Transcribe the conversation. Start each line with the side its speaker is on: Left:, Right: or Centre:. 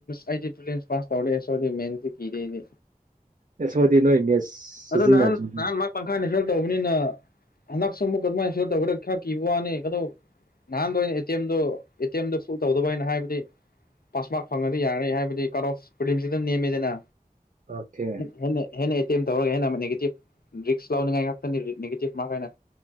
Left: ꯑꯩꯗꯤ ꯄꯁ ꯄꯥꯁ ꯇꯧꯔꯛꯑꯦ ꯁꯗꯤ ꯃꯦꯟꯁꯤ ꯀꯤꯗꯦꯗꯤ
Right: ꯑꯦ ꯁꯗꯤ ꯅꯣꯏ ꯃꯦꯁ ꯁꯤꯖꯤꯟꯅꯗ꯭ꯔꯤ
Left: ꯑꯗꯣ ꯅꯍꯥꯟ ꯅꯍꯥꯟ ꯃꯥ ꯄꯪꯈꯥꯏꯅꯤ ꯁꯔ ꯇꯧꯕꯅꯤꯅ ꯍꯟꯗꯛꯁꯨ ꯑꯃꯨꯛ ꯀꯃꯥꯏꯅ ꯁ ꯇꯧ ꯈꯔꯤꯕ ꯋꯥꯅꯤ ꯑꯗꯨꯣ ꯅꯍꯥꯟꯗꯩꯅ ꯇꯧꯗꯕ ꯍꯥꯏꯅ ꯍꯥꯏꯕꯗꯤ ꯄꯥꯁꯃꯔꯛ ꯐꯪꯉꯗꯤ ꯌꯥꯔꯦ ꯍꯥꯏꯕꯗꯤ ꯀꯔꯣ ꯄꯝꯁꯤ ꯑꯗꯨꯝ ꯅꯦꯝꯃꯤꯗꯅ
Right: ꯑꯣꯀꯦ
Left: ꯍꯦꯟꯅ ꯍꯦꯅꯦ ꯇꯧꯔꯒꯦꯅ ꯑꯃ ꯅꯦꯒꯦꯇꯤꯞ ꯔꯤꯛꯁ ꯂꯧꯅꯤꯡꯉꯥꯏ ꯉꯥꯛꯇꯅꯤ ꯅꯦꯒꯦꯇꯤꯞ ꯃꯥꯥꯏꯅ